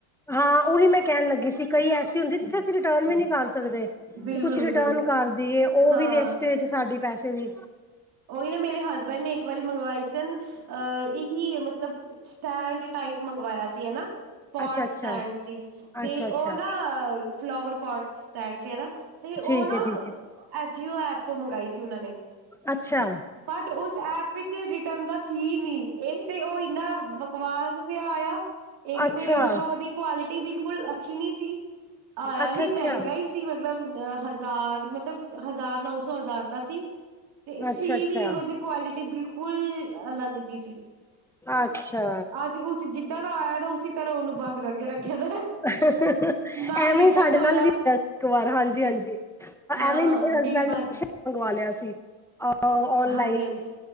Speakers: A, in the centre; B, on the right.
A: ਹਾਂ ਉਹੀ ਮੈਂ ਕਹਿਣ ਲੱਗੀ ਸੀ ਕਈ ਐਸੇ ਹੁੰਦੇ ਜਿੱਥੇ ਅਸੀਂ ਰਿਟਰਣ ਵੀ ਨਹੀਂ ਕਰ ਸਕ ਸਕਦੇ
B: ਬਿਲਕੁਲ
A: ਕਿ ਕੁਛ ਰਿਟਰਨ
B: ਬਿਲਕੁਲ
A: ਕਰਦੀਏ ਉਹ
B: ਹਾਂ
A: ਵੀ ਵੇਸਟੇਜ ਸਾਡੇ ਪੈਸੇ ਦੀ
B: ਉਹੀ ਨਾ ਮੇਰੇ ਹਸਬੈਂਡ ਨੇ ਇੱਕ ਵਾਰੀ ਮੰਗਵਾਈ ਸਨ ਅ ਇਹੀ ਮਤਲਬ ਸਟੈਂਡ ਟਾਈਪ ਮੰਗਵਾਇਆ ਸੀ ਹਨਾ। ਪੋਟ
A: ਅੱਛਾ ਅੱਛਾ
B: ਸਟੈਂਡ ਸੀ ਤੇ
A: ਅੱਛਾ ਅੱਛਾ
B: ਉਹ ਨਾ ਫਲਾਵਰ ਪੋਟ ਸੋਟ ਸਟੈਂਡ ਸੀ ਤੇ ਉਹ
A: ਠੀਕ
B: ਨਾ
A: ਹੈ ਠੀਕ ਹੈ
B: ਐਜੀਓ ਐਪ ਤੋਂ ਮੰਗਾਈ ਸੀ ਉਹਨਾ ਨੇ
A: ਅੱਛਾ
B: ਬਟ ਉਸ ਐਪ ਵਿੱਚ ਰਿਟਰਨ ਦਾ ਸੀ ਨਹੀਂ ਇਹ ਤੇ ਉਹ ਇੰਨਾ ਬਕਵਾਸ ਵੀ ਆਇਆ ਇੱਕ
A: ਅੱਛਾ
B: ਤੇ ਮਤਲਬ ਉਹਦੀ ਕੁਆਲਿਟੀ ਬਿਲਕੁਲ ਅੱਛੀ ਨੀ ਸੀ। ਆਇਆ
A: ਅੱਛਾ
B: ਵੀ ਮਹਿੰਗਾ
A: ਅੱਛਾ
B: ਹੀ ਸੀ ਮਤਲਬ ਅ ਹਜ਼ਾਰ ਮਤਲਬ ਹਜ਼ਾਰ ਨੌ ਸੌ ਹਜ਼ਾਰ ਦਾ ਸੀ। ਤੇ ਸੀ
A: ਅੱਛਾ-ਅੱਛਾ,
B: ਵੀ ਮਤਬ ਕੁਆਲਿਟੀ ਬਿਲਕੁਲ ਅਲੱਗ ਜਿ ਸੀ।
A: ਅੱਛਾ।
B: ਅਸੀਂ ਉਸ ਜਿੱਦਾਂ ਦਾ ਆਇਆ ਤਾਂ ਉਸੀ ਤਰਾਂ ਉਹਨੂੰ ਬੰਦ
A: <inaudible>
B: ਕਰਕੇ ਰੱਖਿਆ ਦਾ
A: ਐਵੇਂ
B: ਨਾ ਰਿਟਰਨ
A: ਸਾਡੇ
B: ਹੋਇਆ
A: ਨਾਲ ਵੀ ਆਇਆ ਸੀ ਇੱਕ ਵਾਰ ਹਾਂਜੀ -ਹਾਂਜੀ
B: ਹਾਂ
A: ਐਵੇਂ ਮੇਰੇ ਹਸਬੈਂਡ
B: ਕਈ ਵਾਰ
A: ਨੇ ਮੰਗਵਾ ਲਿਆ ਸੀ ਓਨਲਾਈਨ
B: ਹਾਂਜੀ ਹਾਂਜੀ